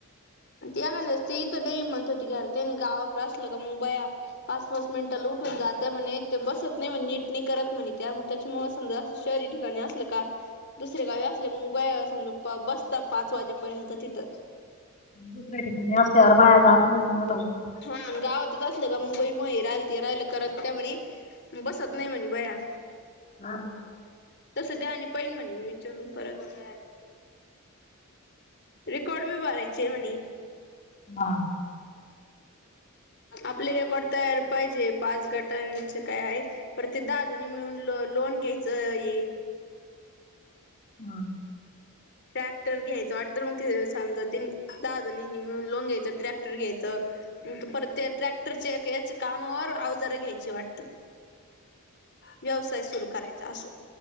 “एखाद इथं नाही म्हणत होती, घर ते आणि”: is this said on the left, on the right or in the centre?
Left